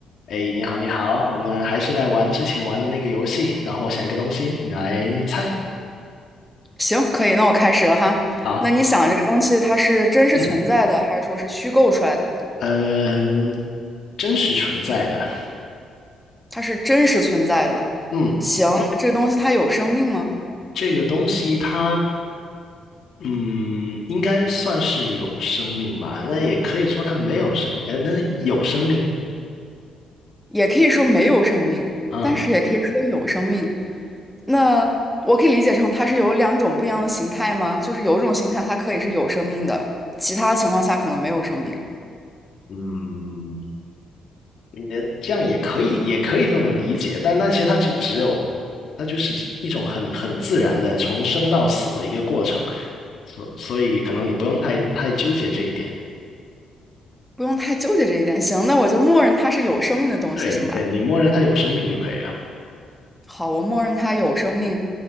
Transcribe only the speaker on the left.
哎，你好，你好，我们还是来玩之前玩的那个游戏。然后我想一个东西，你来猜。
好，
嗯，
嗯、真实存在的，
嗯，
这个东西它，嗯，应该算是有生命吧？那也可以说它没有生命，呃，那有生命
啊、
嗯，你的这样也可以，也可以这么理解，但那其实它只只有，它就是一种很很自然的从生到死的一个过程，所所以可能你不用太太纠结这一点。
对对，
你默认它有生命就可以了，